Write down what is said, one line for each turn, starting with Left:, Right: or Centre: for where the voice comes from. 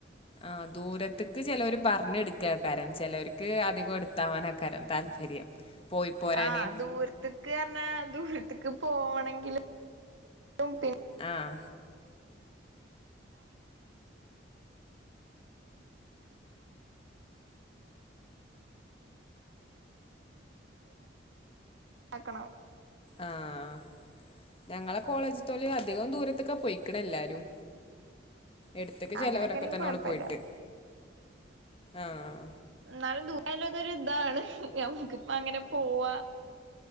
Left: ആ ദൂരത്തക്ക് ചിലവർ പറഞ്ഞ എടുക്കുകക്കാര ചിലവർക്ക് അധികം എടുത്തവാന ക്കാരം താല്പര്യം പോയി പോരാന്.
Right: ആ ദൂരത്തക്ക് പറഞ്ഞാ ദൂര ത്ക് പോണെങ്കിൽ <unintelligible>
Left: ആഹ
Right: താക്കണം
Left: ആഹ ഞങ്ങളെ കോളേജത്തോല അധികം ദൂരത്തൊക്കെ പോൊയിക്കണ എല്ലാരും എടുത്തക്ക് ചിലവരൊക്കെ
Right: അങ്ങനെയൊക്കെ ആണെങ്കി
Left: തന്നെോള്
Right: കൊഴപ്പല്ല
Left: പോയിട്ട് ആഹ
Right: എന്നാലും ദൂല്ലതൊരു ഇതാണ് ഞമുക്ക് അങ്ങനെ പോവാ